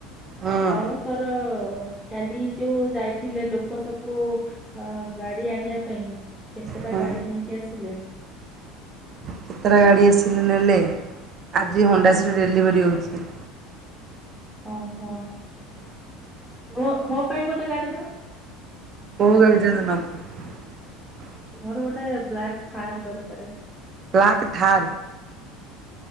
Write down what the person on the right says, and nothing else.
ହୁଁ
ହୁଁ
କେତେଟା ଗାଡ଼ି ଆସିଲେ ନେଲେ ଆଜି
ହଣ୍ଡାସିର ଡେଲିଭରି ହଉଛି।
<unintelligible>
ବ୍ଲାକ ଥାରେ।